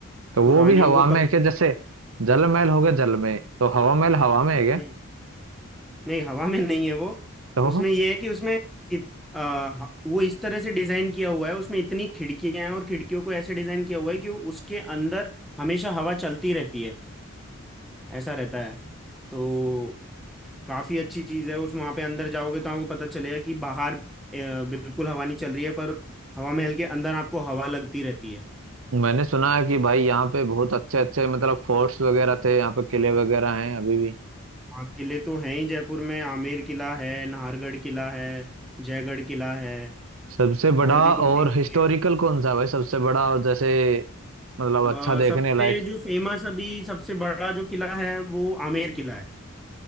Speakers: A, on the right (about 70°); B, in the centre.
A: तो वो
B: तो रानियों
A: भी हवा
B: को
A: में
B: कभी
A: है क्या
B: कुछ
A: जैसे
B: भी
A: जल महल हो गया जल में तो हवा महल हवा में है क्या
B: हम्म, नहीं हवा में नहीं है वो
A: तो
B: उसमें ये है कि उसमें इत, आ, वो इस तरह से डिजाइन किया हुआ है उसमें इतनी खिड़कियां हैं और खिड़कियों को ऐसे डिजाइन किया हुआ है कि उसके अंदर हमेशा हवा चलती रहती है ऐसा रहता है तो काफी अच्छी चीज है उस वहां पे अंदर जाओगे तो आपको पता चलेगा कि बाहर अ, बिल्कुल हवा नहीं चल रही है पर हवा महल के अंदर आपको हवा लगती रहती है
A: मैंने सुना है कि भाई यहाँ पे बहुत अच्छे अच्छे मतलब फोर्ट्स वगैरह थे यहाँ पे किले वगैरह हैं अभी भी
B: हाँ किले तो हैं ही जयपुर में आमेर किला है नाहरगढ़ किला है जयगढ़ किला है
A: सबसे बड़ा
B: और भी दो
A: और
B: तीन किले
A: हिस्टोरिकल कौन सा है भाई सबसे बड़ा और जैसे मतलब
B: अ,
A: अच्छा देखने
B: सबसे
A: लायक
B: जो फेमस अभी सबसे बड़ा जो किला है वो आमेर किला है